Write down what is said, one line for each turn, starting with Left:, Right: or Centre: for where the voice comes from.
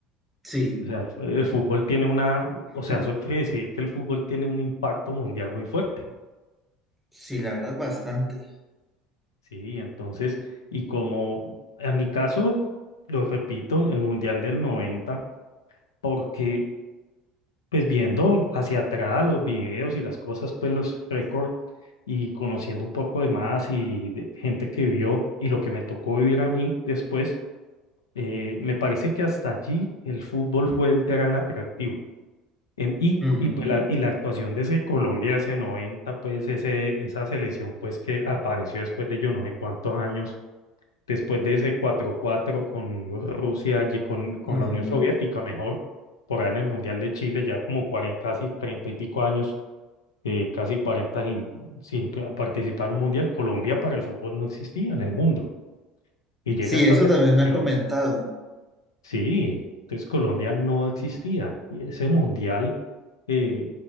Centre: sí,
Left: O sea, el, fu- el fútbol tiene una, o sea,
Centre: <laughs>
Left: eso quiere decir que el fútbol tiene un impacto mundial muy fuerte,
Centre: sí, la verdad bastante.
Left: ¿sí? Entonces, y como en mi caso, lo repito, el Mundial del noventa, porque pues viendo hacia atrás los videos y las cosas, pues los récords y conociendo un poco de más y de gente que vivió y lo que me tocó vivir a mí después, eh, me parece que hasta allí el fútbol fue el gran atractivo. Em, y,
Centre: Ujú,
Left: y, pues la, y la actuación de ese Colombia, ese 90 pues ese, esa selección pues que apareció después de yo no sé cuántos años después de ese cuatro cuatro con Rusia, ye- con, con
Centre: ujú.
Left: la Unión Soviética, mejor, por ahí en el Mundial de Chile, ya como 40 casi 30 y pico años, eh, casi 40 sin, sin pa- participar en un Mundial, Colombia para el fútbol no existía en el mundo. Y llega
Centre: Sí,
Left: esta
Centre: eso
Left: selección,
Centre: también me ha comentado.
Left: sí, entonces Colombia no existía. Y ese Mundial, eh,